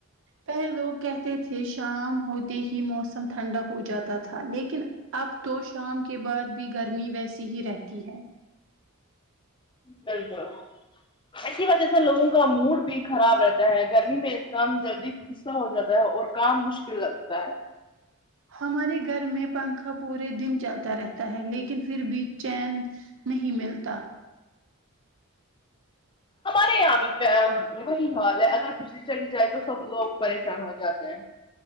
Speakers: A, on the right; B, on the left.
A: پہلے لوگ کہتے تھے شام ہوتے ہی موسم ٹھنڈا ہو جاتا تھا لیکن اب تو شام کے بعد بھی گرمی ویسی ہی رہتی ہے
B: بالکل اسی وجہ سے لوگوں کا موڈ بھی خراب رہتا ہے گرمی میں انسان جلدی غصہ ہو جاتا ہے اور کام مشکل لگتا ہے
A: ہمارے گھر میں پنکھا پورے دن چلتا رہتا ہے لیکن پھر بھی چین نہیں ملتا
B: ہمارے یہاں بھی وہی حال ہے اگر بجلی چلی جائے تو سب لوگ پریشان ہو جاتے ہیں